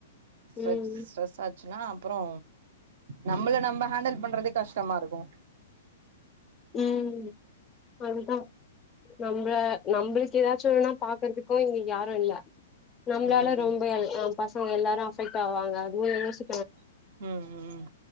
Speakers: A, on the right (about 60°); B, on the left (about 20°).
A: ஸ்ட்ரெஸ்
B: ம்
A: ஸ்ட்ரெஸ் ஆச்சுன்னா அப்பறோ நம்பள நம்ப ஹேண்டல் பண்றதே கஷ்டமா இருக்கு
B: ம் அதுதா நம்ள நம்முளுக்கு எதாச்சு ஒன்னுனா பாக்குறதுக்கோ இங்க யாரும் இல்ல நம்ளால
A: ம் ம்
B: ரொம்ப நம் பசங்க எல்லாரும் அபெக்ட் ஆவாங்க அதுவும் யோசி
A: ம் ம்